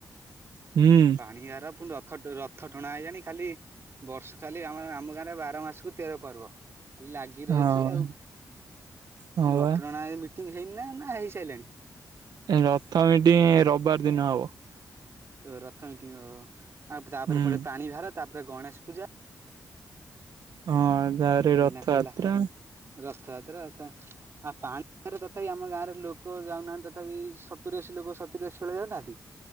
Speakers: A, on the right; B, on the right.
A: ହୁଁ
B: ପାଣି ଭାର ପୁଣ୍ଡ <unintelligible> ରଥ ରଥ ଟଣା ଆଇଲାଣି ଖାଲି ବର୍ଷ ଖାଲି ଆମ ଆମ ଗାଁରେ ବାର ମାସକୁ ତେର ପର୍ବ। ଖାଲା ଲାଗି ରହିଚି
A: ହଁ
B: ଆଉ
A: ହଁ
B: ରଥ
A: ବା।
B: ଟଣା <unintelligible> ହେଇନି ନା ହେଇସାରିଲାଣି?
A: ରଥ ଏଠି ରବିବାର ଦିନ ହବ।
B: ରଥ ଏଠି ଆଉ ତାପରେ
A: ହୁଁ
B: ପରେ ପାଣି ଭାର ତାପରେ ଗଣେଶ ପୂଜା
A: ହଁ ଗାଁରେ ରଥଯାତ୍ରା।
B: ଏଇନା ଖାଲି ରଥଯାତ୍ରା ଆତା ପାଣିରେ ତଥାପି ଆମ ଗାଁରେ ଲୋକ ଯାଉନାହାଁନ୍ତି ତଥାପି ସତୁରି ଅଶି ଲୋକ ସତୁରି ଅଶି ଭଳିଆ ଯାଉନାହାଁନ୍ତି କି?